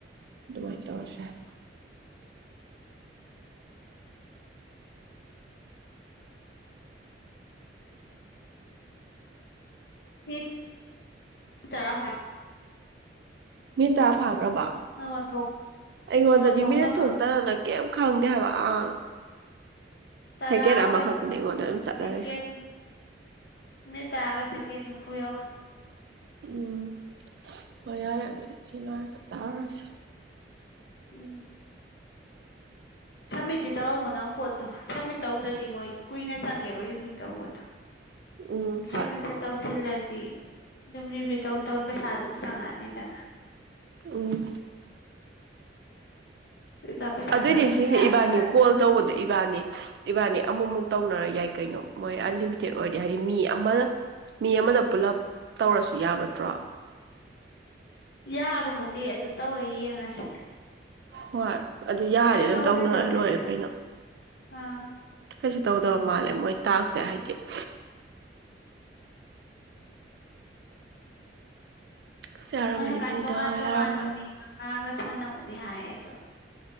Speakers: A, on the right (about 60°); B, on the left (about 60°).
A: ꯑꯗꯨꯃꯥꯏ ꯇꯧꯔꯁꯦ <inaudible>
B: ꯃꯤ ꯇꯔꯥ ꯐ
A: ꯃꯤ ꯇ ꯐ ꯔꯕꯥ
B: ꯅꯪꯉꯣꯟ ꯊꯣꯛ
A: ꯑꯩꯉꯣꯟꯗꯗꯤ
B: ꯅꯪꯉꯣꯟ ꯊꯣꯛꯇꯕ꯭ꯔꯣ
A: ꯃꯤꯅꯤ ꯊꯣꯡꯇꯅ ꯀꯦꯝ ꯈꯪꯗꯦ ꯍꯥꯏꯕ ꯑꯥ
B: ꯇꯔꯥꯒ
A: ꯁꯦꯀꯦꯟ ꯑꯃꯈꯛꯇꯅꯦ
B: ꯀꯨꯟ
A: ꯑꯩꯉꯣꯟꯗ ꯑꯗꯨꯝ ꯆꯠꯂ
B: ꯁꯦꯀꯦꯟ
A: ꯂꯩꯁꯦ
B: ꯃꯤꯅꯤꯠ ꯇꯔꯥꯒ ꯁꯦꯀꯦꯟ ꯅꯤꯐꯨ ꯌꯧꯔꯦ
A: ꯎꯝ ꯍꯣꯏ ꯌꯥꯔꯦ ꯑꯗꯨꯗꯤ ꯁꯤꯂꯣꯏꯔꯒ ꯆꯥꯛ ꯆꯥꯔꯨꯔꯁꯦ
B: ꯎꯝ ꯁꯝꯃꯤꯠꯇꯤ ꯇꯧꯔꯝꯃꯣ ꯅꯪ ꯄꯣꯠꯇꯣ ꯁꯝꯃꯤꯠ ꯇꯧꯗ꯭ꯔꯗꯤ ꯃꯣꯏ ꯀꯨꯏꯅ ꯆꯪꯉꯦꯕ ꯔꯤꯚꯤꯌꯨ ꯇꯧꯕꯇꯣ
A: ꯎꯝ ꯍꯣꯏ
B: ꯁꯃꯤꯠꯁꯦ ꯇꯧꯁꯤꯜ ꯂ ꯑꯗꯨꯗꯤ ꯑꯗꯨꯝ ꯔꯤꯚꯤꯌꯨ ꯇꯧꯔ ꯇꯧꯔ ꯄꯩꯁꯥ ꯑꯗꯨꯝ ꯆꯪꯉꯛꯑꯅꯤꯗꯅ
A: ꯎꯝ
B: ꯑꯗꯨꯒ ꯄꯩꯁꯥ
A: ꯑꯗꯨꯑꯣꯏꯗꯤ
B: ꯆꯪꯉꯅꯤ
A: ꯁꯤꯁꯦ
B: ꯍꯥꯏꯕ
A: ꯏꯕꯥꯅꯤ
B: ꯂꯣꯏꯔꯦ
A: ꯀꯣꯜ
B: ꯇꯧꯅꯤꯡꯉꯦ
A: ꯇꯧꯕꯗꯣ ꯏꯕꯥꯅꯤ ꯏꯕꯥꯅꯤ ꯑꯃꯨꯛꯃꯨꯛ ꯇꯧꯅꯔ ꯌꯥꯏ ꯀꯩꯅꯣ ꯃꯣꯏ ꯑꯟꯂꯤꯃꯤꯇꯦꯠ ꯑꯣꯏꯗꯦ ꯍꯥꯏꯔꯗꯤ ꯃꯤ ꯑꯃ ꯃꯤ ꯑꯃꯅ ꯄꯨꯂꯞ ꯇꯧꯔꯁꯨ ꯌꯥꯕ ꯅꯠꯇ꯭ꯔꯣ
B: ꯌꯥꯕꯔ ꯈꯗꯦ ꯑꯗꯨ ꯇꯧꯔ ꯌꯦꯡꯉꯁꯤ
A: ꯍꯣꯏ ꯑꯗꯨ ꯌꯥꯔꯗꯤ ꯑꯗꯨꯝ
B: ꯇꯧꯁꯤꯜꯂꯦꯕ
A: ꯇꯧꯅꯔ ꯂꯣꯏꯔꯦ
B: ꯑꯩ
A: ꯀꯩꯅꯣ
B: ꯑꯥ
A: ꯀꯩꯁꯨ ꯇꯧꯗꯕ ꯃꯥꯜꯂꯦ ꯃꯣꯏ ꯇꯥꯛꯁꯦ ꯍꯥꯏꯗꯦ <inaudible> ꯑꯁ ꯌꯥꯔꯝꯃꯗꯤ
B: ꯃꯣꯏ ꯍꯛꯀꯥꯟ
A: ꯐꯅꯤꯗ
B: ꯇꯣꯉꯥꯟ ꯇꯣꯉꯥꯟꯕ
A: ꯌꯥꯔꯝꯃꯔꯣꯏ
B: ꯃꯤ ꯃꯉꯥꯒ ꯁꯥꯟꯅꯧꯅ ꯌꯥꯏ ꯑꯗꯨ